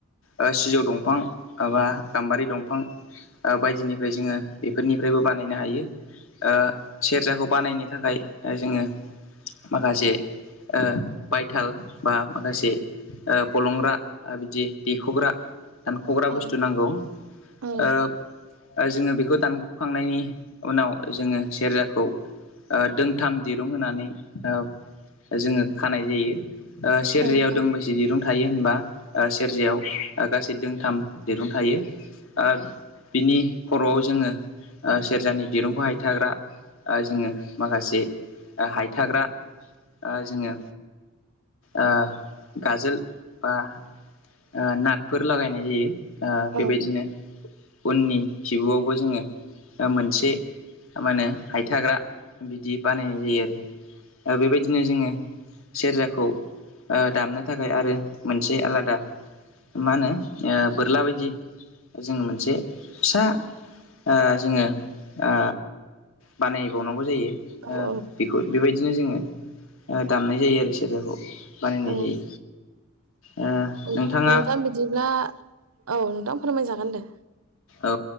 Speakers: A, on the left; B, on the right.
A: ओ सिजौ दंफां माबा गाम्बारि दंफां बायदिनिफ्राय जोङो बेफोरनिफ्रायबो बानायनो हायो। ओ सेरजाखौ बानायनो थाखाय जोङो माखासे ओ बायथाल बा माखासे ओ फलंग्रा ओ बिदि देखग्रा दानख'ग्रा
B: औ
A: बुस्थु नांगौ
B: औ
A: ओ ओ जोङो बेखौ दानख'खांनायनि उनाव जोङो सेरजाखौ ओ दोंथाम दिरुं होनानै ओ जोङो खानाय जायो। ओ सेरजायाव
B: औ औ
A: दोंबसे दिरुं थायो होनबा ओ सेरजायाव गासै दोंथाम दिरुं थायो। आ बिनि खर'आव जोङो आ सेरजानि दिरुंखौ हायथाग्रा ओ जोङो माखासे ओ हायथाग्रा ओ जोङो ओ गाजोल बा ओ नाथफोर लागायनाय जायो। ओ
B: औ
A: बेबायदिनो उननि खिबुआवबो जोङो ओ मोनसे ओ मा होनो हायथाग्रा बिदि बानायनाय जायो आरो। ओ बेबायदिनो जोङो सेरजाखौ ओ दामनो थाखाय आरो मोनसे आलादा मा होनो ओ बोरला बायदि जोङो मोनसे फिसा ओ जोङो ओ बानायबावनांगौ जायो। ओ
B: औ
A: बेखौ बेबायदि दिनो जोङो दामनाय जायो आरो सेरजाखौ। बानायनाय
B: औ
A: जायो
B: <inaudible>
A: ओ
B: नोंथां
A: नोंथाङा
B: बिदिब्ला औ नोंथां फोरमायजागोन दे।
A: औ